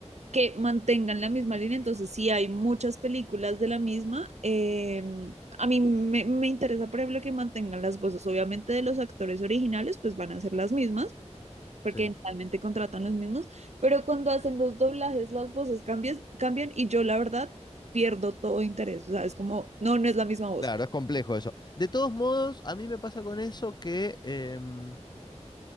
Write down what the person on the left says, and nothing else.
Sí.
Claro, es complejo eso. De todos modos, a mí me pasa con eso que em,